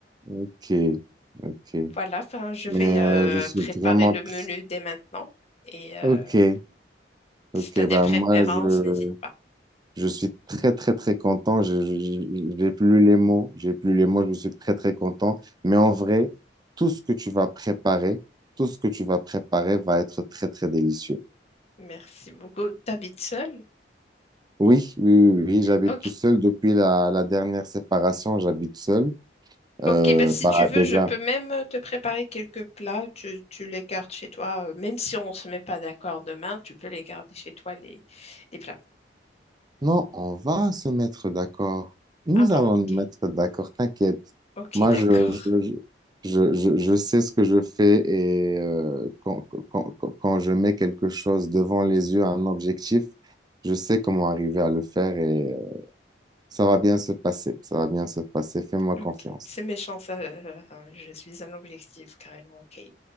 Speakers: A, on the right; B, on the left.
A: Ok, ok.
B: voilà, enfin, je
A: Mais
B: vais euh,
A: euh, je suis
B: préparer
A: vraiment
B: le
A: très...
B: menu dès maintenant. Et euh,
A: Ok, ok,
B: si tu as des
A: bah
B: préférences,
A: moi je,
B: n'hésite pas.
A: je suis très très très content. Je, je- je- j'ai plus les mots, j'ai plus les mots, je suis très très content. Mais en vrai, tout ce que tu vas préparer, tout ce que tu vas préparer va être très très délicieux.
B: Merci beaucoup. T'habites seule?
A: Oui, oui, oui, oui, j'habite
B: Ok,
A: tout seul depuis la, la dernière séparation, j'habite seul. Euh,
B: ok, ben, si
A: bah
B: tu veux,
A: déjà.
B: je peux même te préparer quelques plats. Tu, tu les gardes chez toi. euh, Même si on ne se met pas d'accord demain, tu peux les garder chez toi, les, les plats.
A: Non, on va se mettre d'accord. Nous
B: Ah bon,
A: allons
B: ok.
A: nous mettre d'accord, t'inquiète.
B: Ok,
A: Moi,
B: d'accord.
A: je, je, je, je, je- je sais ce que je fais et euh, quand, quand, quand quand je mets quelque chose devant les yeux, un objectif, je sais comment arriver à le faire et euh, ça va bien se passer. Ça va bien se passer. Fais-moi confiance.
B: Ok, c'est méchant ça. euh, euh, je suis un objectif carrément. Ok.